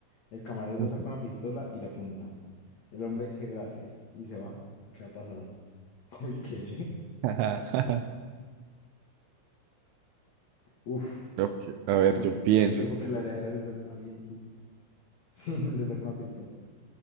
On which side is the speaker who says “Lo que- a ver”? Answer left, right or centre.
Right